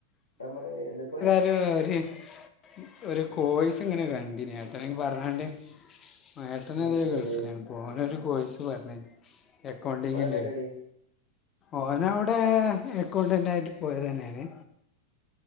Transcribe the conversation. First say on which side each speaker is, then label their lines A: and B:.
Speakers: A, on the left; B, on the left.
A: നമ്മള് എന്തൊക്കരു.
B: ആഹ് ഒരു <unintelligible> സ് ഒരു കോഴ്‌സ്ങ്ങനെ കണ്ടിനി ഏട്ടന് പർഞ്ഞാണ്ട്. ഏട്ടനത്
A: ഉം,
B: ഗൾഫിലാണ്
A: ഏത്
B: അപ്പോനൊരു കോഴ്സ് പറഞ്ഞ് എക്കൗണ്ടിങ്ങിൻ്റെ.
A: ഓനെന്താ പരിപാടി
B: ഓനവ്ടെ
A: ഉം,
B: എക്കൗണ്ടന്റായിട്ട് പോയതെന്നെണ്.